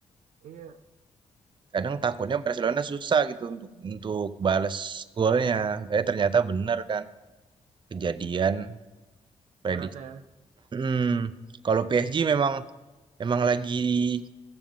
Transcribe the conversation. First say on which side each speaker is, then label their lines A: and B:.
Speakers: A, on the right (about 85°); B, on the right (about 40°).
A: iya
B: Kadang takutnya Barcelona susah gitu untuk untuk balas golnya. Eh ternyata benar kan kejadian prediksi.
A: berat ya.
B: Hmm, kalau PSG memang memang lagi